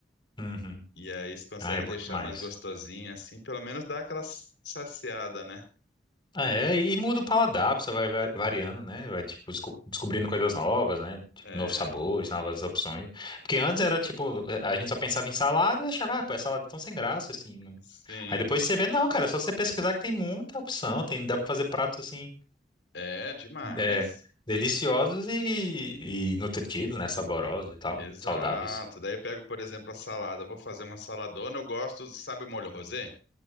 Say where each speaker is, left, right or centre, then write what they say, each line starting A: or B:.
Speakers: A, on the left; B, on the left.
A: Uhum.
B: E aí você consegue
A: Ah, é bom
B: deixar
A: demais.
B: mais gostosinha, assim, pelo menos dá aquela saciada, né?
A: Ah, é, e muda o paladar, você vai va- variando, né? Vai, tipo, desco- descobrindo coisas novas, né? Tipo,
B: É,
A: novos sabores, novas opções. Porque antes era, tipo, a gente só pensava em salada e achava, ah, pô, é salada tão sem graça, assim. não-
B: sim.
A: Aí depois você vê, não, cara, é só você pesquisar que tem muita opção, tem, dá pra fazer pratos, assim,
B: É, demais.
A: é, deliciosos e, e nutritivos, né? Saborosos e tal,
B: Exato.
A: saudáveis.
B: Daí eu pego, por exemplo, a salada. Eu Vou fazer uma saladona. Eu gosto, sabe o molho rosé?